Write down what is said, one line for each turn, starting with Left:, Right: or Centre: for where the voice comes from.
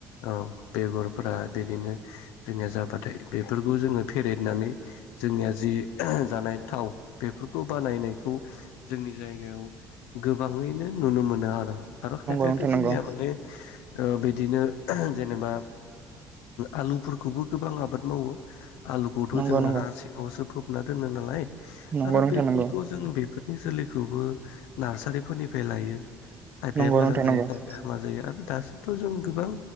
Left: औ बेगरफोरा बिदिनो जोंनिया जाबाथाय बेफोरखौ जोङो फेरेदनानै जोंनिया जि जानाय थाव बेफोरखौ बानायनायखौ जोंनि जायगायाव गोबाङैनो नुनो मोनो आरो। आरो खायफायाथ'
Right: नोंथां नंगौ
Left: जोंनिया माने ओ बिदिनो जेनेबा आलुफोरखौबो गोबां आबाद मावो आलुखौथ'
Right: नंगौ
Left: जोङो
Right: नंगौ
Left: हा सिङावसो फबना दोनो नालाय
Right: नंगौ
Left: आरो बेफोरखौ
Right: नोंथां नंगौ
Left: जों बेफोर बिनि जोलैखौबो नार्सारिफोरनिफ्राय लायो। खायफाया
Right: नंगौ
Left: मोजां जायो खायफाया हामा जायो आरो दासिमथ' जों गोबां